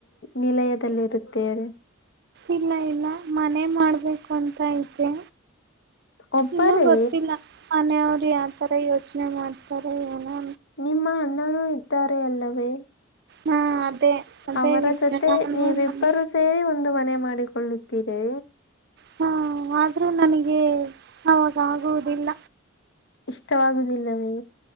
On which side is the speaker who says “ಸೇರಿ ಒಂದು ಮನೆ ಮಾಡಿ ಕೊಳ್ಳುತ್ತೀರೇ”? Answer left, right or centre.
Left